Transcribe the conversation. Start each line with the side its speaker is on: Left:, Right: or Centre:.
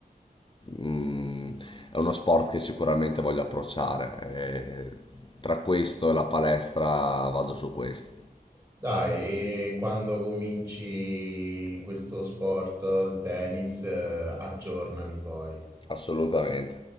Left: mm, è uno sport che sicuramente voglio approcciare. e tra questo e la palestra vado su questo,
Right: Dai, e quando cominci questo sport, il tennis, eh, aggiornami poi.
Left: assolutamente.